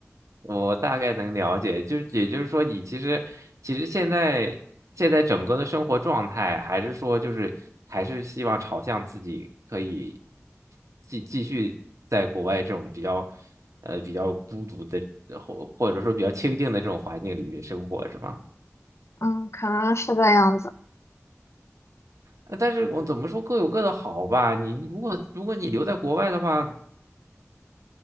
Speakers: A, on the right; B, on the left.
A: 我大概能了解，就是也就是说，你其实其实现在现在整个的生活状态，还是说就是还是希望朝向自己可以继继续在国外这种比较呃比较孤独的呃或或者说比较清静的这种环境里面生活，是吗？
B: 嗯，可能是这样子。
A: 呃但是我怎么说各有各的好吧。你如果如果你留在国外的话，